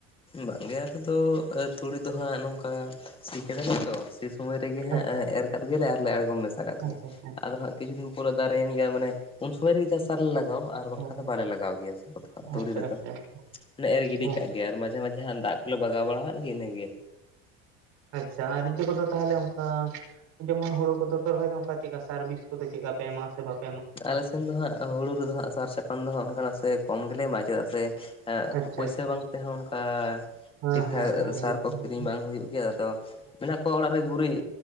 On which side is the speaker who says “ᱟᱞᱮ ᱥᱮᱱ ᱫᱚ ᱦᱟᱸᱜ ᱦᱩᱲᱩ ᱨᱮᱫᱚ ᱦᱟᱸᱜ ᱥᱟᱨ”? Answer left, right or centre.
Left